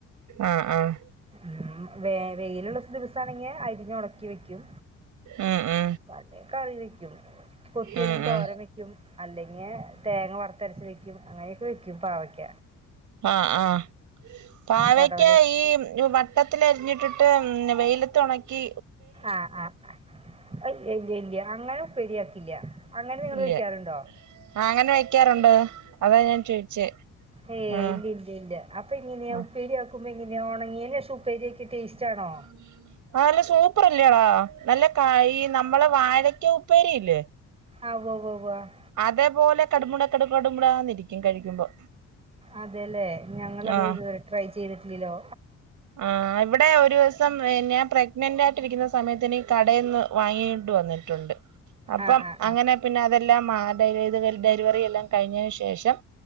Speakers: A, on the right; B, on the right.
A: ആഹ് ആഹ
B: ഉം വേ വെയിലുള്ള ദിവസമാണെങ്ക അരിഞ്ഞ് ഉണക്കി വെക്കും
A: ഉം ഉ
B: പല കറി വെക്കും കൊത്തിയരിഞ്
A: ഉം
B: തോരം
A: ഉം
B: വെക്കും. വക്കും അല്ലെങ്കിൽ തേങ്ങ വറുത്തരച്ച വെക്കും അങ്ങനെയൊക്കെ വെക്കും പാവക്ക
A: ആഹ ആഹ പാവക്ക
B: പടവല്
A: ഈ ട്ടത്തിലരിഞ്ഞിട്ടിട്ട് വെയിലത്ത്ണക്കി
B: ആഹ് ആ ഇല്ല ഇല്ല അങ്ങനെ ഉപ്പേരിയാക്കില്ല അങ്ങനെ നിങ്ങൾ
A: ഇല്ല്യ
B: വെക്കാറുണ്ടോ
A: ആ അങ്ങനെ വെക്കാറുണ്ട് അതാ ഞാൻ ചോയിച്ചേ
B: ഏ
A: ആഹ്
B: ഇല്ല ഇല്ല ഇല്ല അപ്പൊ ഇങ്ങനെയാ
A: ആഹ്
B: ഉപ്പേരി ഉമ്പിങ്ങിനെ ഉണങ്ങിനെ ശേഷം ഉപ്പേരിയൊക്കെ ടേസ്റ്റ് ആണോ?
A: <inaudible> ആഹ് നല്ല സൂപ്പർല്ലോടാ നല്ല ക ഇ നമ്മള് വാഴക്ക് ഉപ്പേരിയില്ലേ
B: ആഹ് വൊ വൊ വൊ ആഹ്
A: അതേപോലെ കടുമുട കടു കടുമുട ഇരിക്കും കഴിക്കുമ്പോ
B: അതെല്ലേ ഞങ്ങളത്
A: ആ
B: അത് ഇത്വരെ ട്രൈ ചെയ്തിട്ടില്ലല്ലോ
A: ആഹ് ഇവിടെ ഒരു ദിവസം ഞാൻ പ്രെഗ്നന്റായിട്ടിരിക്കുന്ന സമയത്തിന് കടയന്ന് വാങ്ങിണ്ടു വന്ന് ട്ടുണ്ട് അപ്പം
B: ആഹ് ആഹ്
A: അങ്ങനെ
B: ആഹ്
A: പിന്നെ അതെല്ലാം മാറി അത് ഡ ഇത് ഡെലിവറി എല്ലാം കഴിഞ്ഞതിന് ശേഷം